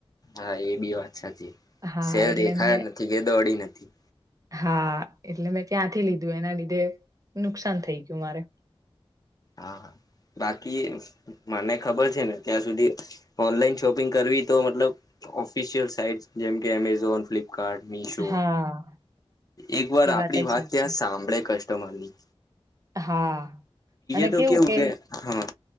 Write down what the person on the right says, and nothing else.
હા,
એટલે
મેં
હા એટલે મેં ત્યાંથી લીધું એના લીધે નુકસાન થઈ ગયું મારે
હા,
એ
વાતય
સાચી.
હા. અને
કે